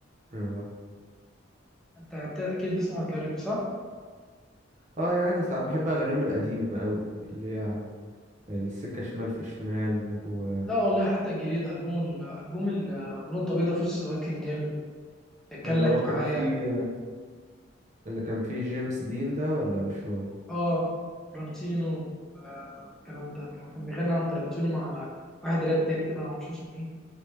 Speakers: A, on the right (about 40°); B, in the centre.
A: اه
B: انت بت- اكيد بتسمع الكايروكي صح؟
A: اه يعني ساعات بحب أغانيهم القديمة قوي اللي هي السكة شمال في شمال و
B: لا والله حتى الجديد البوم ال- البوم ال- النقطة البيضاء في السواق كان جامد كان
A: اللي
B: لك
A: هو كان
B: معايا
A: فيه اللي كان فيه جيمس دين ده ولا مش هو
B: اه ترنتينو آه، والكلام ده كان كان بيغني عن ترنتينو مع واحد راب تاني كده ما اعرفش اسمه ايه